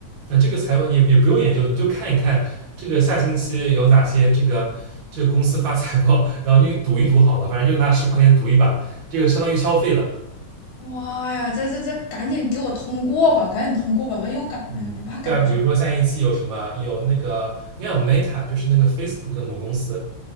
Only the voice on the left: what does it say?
哇呀，这这这，赶紧给我通过吧，赶紧通过吧，万一又赶不怕赶不上。